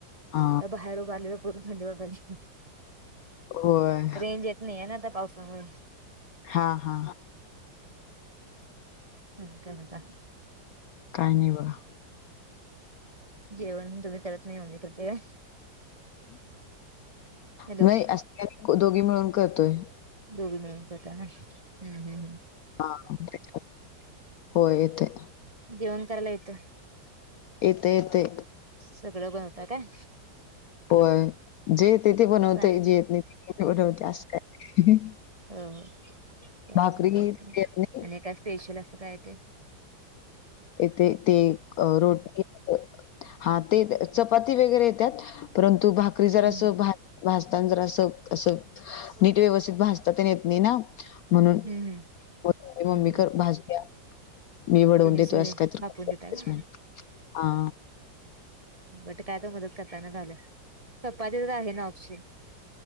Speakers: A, on the left (about 85°); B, on the right (about 20°).
A: हा
B: त्या बाहेर उभ रहोल्या करू थंडी वाजाली.
A: होय
B: रेंज येत नाही आहे नां आता पावसामुळे. <inaudible>
A: हा हा
B: आणि काय म्हणता?
A: काई नाही बघा.
B: जेवणं तुम्ही करत नाही ममी करते काय? हॅलो
A: नाही असतेत दोघी मिळून करतोय.
B: दोघी मिळून करता काय? हम्म हम्म हमम्
A: हा <unintelligible> होय येतोय.
B: जेवण करायला येतं.
A: येतय -येतय.
B: सगळं बनवता कायं?
A: होय जे येतय ते बनवतय.
B: चांगलं
A: जे येत नही बनवते अस काय
B: ह ह चालतयं
A: भाकरी
B: चालतयं.
A: येत नाही
B: आणि काय स्पेशलं असं काय येतय?
A: येतय ते अ रोटी येत हा ते चपाती वगैरे येतात परंतु भाकरी जरा
B: हम्म
A: असं भा भाजताना जरा अस असं नीट व्यवस्थित भाजता तेन येत नाही ना? म्हणून
B: हम्म
A: <unintelligible>
B: हम्म
A: मम्मी
B: हम्म
A: खर भाजत्या. मी वडवून
B: तुम्हीच
A: देतो असं काही तर
B: थापून देताय का
A: <unintelligible> हा.
B: बट काय तर मदत करताय ना झालं. सप्पाची तर आहे ना ऑप्शन?